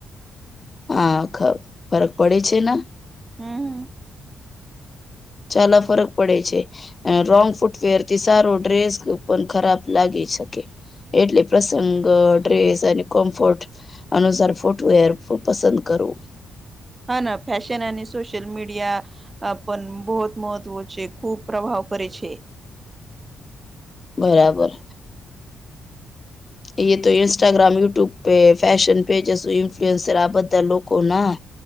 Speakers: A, on the left; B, on the right.
A: હ ખ ફરક પડે છે ને
B: હમ
A: ચલા ફરક પડે છે. રોંગ ફૂટવેર થી સારો ડ્રેસ પણ ખરાબ લાગી શકે એટલે પ્રસંગ ડ્રેસ અને કોમ્ફર્ટ અનુસાર ફોટું હર પસંદ કરું.
B: હા ના ફેશન અને સોશિલ મીડિયા પણ બહુત મહત્વ છે ખૂબ પ્રભાવ કરે છે.
A: બરાબર. એ તો ઇન્સ્ટાગ્રામ યુટ્યુબ પે ફેશન પે જે ઇન્ફ્લુઅન્સર આ બધા લોકો ના